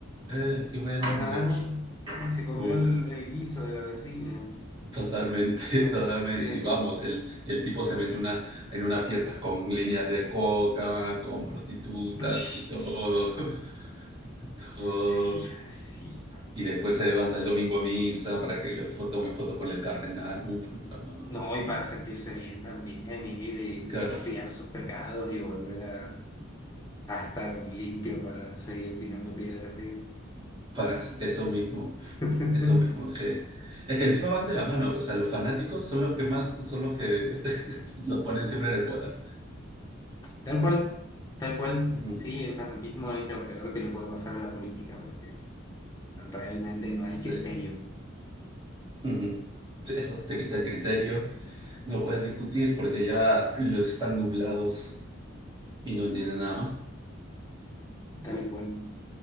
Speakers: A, on the right; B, on the left.
A: Eh, qué buen
B: Ajá.
A: hombre.
B: Y se comió
A: Pu,
B: el, el guiso de la vecina.
A: totalmente, <laughs>
B: Están
A: totalmente.
B: compartiendo.
A: Y vamos, el, el tipo se mete una, en unas fiestas con líneas de coca, con prostitutas
B: <laughs>
A: y todo, <laughs> todo.
B: Sí, así.
A: Y después se levanta el domingo a misa para que le fo- tomen foto con el cardenal. Uf, no, no, no,
B: No,
A: no.
B: y para sentirse bien también, ir y,
A: Claro,
B: y expiar sus pecados y volver a, a estar limpio para seguir tirando piedras, digo.
A: para s- eso mismo, pf,
B: <laughs>
A: eso mismo. que- es que encima van de la mano. O sea, los fanáticos son los que más, son los que <laughs> los ponen siempre en el poder.
B: Tal cual, tal cual.
A: Ujú,
B: Sí, el fanatismo es lo peor que le puede pasar a la política, porque realmente no hay
A: Sí.
B: criterio.
A: ujú. Sí, Eso, te quita el criterio, no puedes discutir porque ya lo están nublados y no entienden nada más.
B: Tal cual.